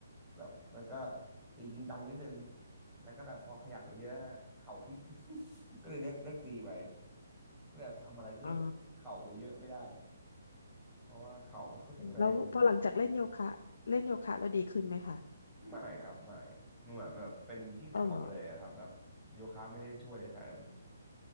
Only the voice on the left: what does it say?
อ๋อ
แล้วพอหลังจากเล่นโยคะเล่นโยคะแล้วดีขึ้นไหมคะ
ก็เหรอ